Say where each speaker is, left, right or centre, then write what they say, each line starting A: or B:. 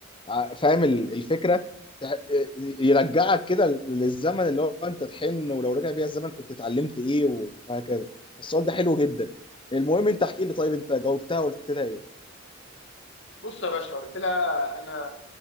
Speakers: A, on the left; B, on the left.
A: ع- فاهم ال- الفكره تع- يرجعك كده للزمن اللي هو انت تحن ولو رجع بيها الزمن كنت اتعلمت ايه وهكذا السؤال ده حلو جدا المهم انت احكي لي طيب انت جاوبتها وقلت لها ايه
B: بص يا باشا قلت لها انا